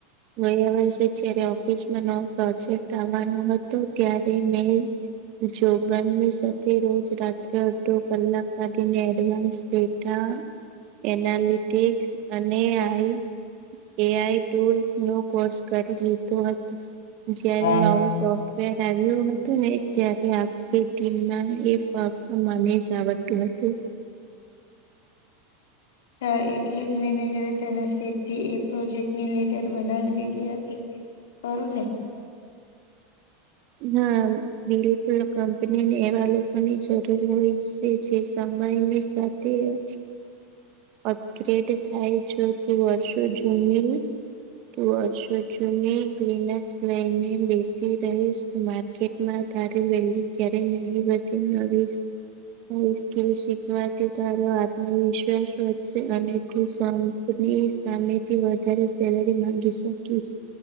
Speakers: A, on the right; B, on the left.
A: ગયા વર્ષે જયારે ઓફિસમાં નવો પ્રોજેક્ટ આવવાનો હતો ત્યારે મે જોગણની સાથે રોજ રાત્રે અડધો કલાક કને એડવાન્સ ડેટા એનાલિટિક્સ અને આઈ એ આઈ ટુલ્સ નો કોર્સ કરી લીધો હતો જ્યારે
B: અચ્છા,
A: નવું સો ર આવ્યું હતું ને ત્યારે આખી ટીમને ું <inaudible>
B: ચા એટલે જ મેનેજરે તેને સીધી એ પ્રોજેક્ટની લીડર બનાવી દીધી હતી કરુંને
A: હા બિલકુલ કંપનીને એવા લોકોની જરૂર હોય છે જે સમયની સાથે તે અપગ્રેડ થાય છે કે વર્ષો જૂની તું વર્ષો જૂની ક્લીનઅપસ લઈને બેસી રહીશ માર્કેટમાં તારે વેલ્યુ ક્યારે નહી બી નસ સ્કીલ શીખવાથી તારો આત્મવિશ્વાસ અને તું કંપની સામેથી વધારે સેલરી માંગી શકીશ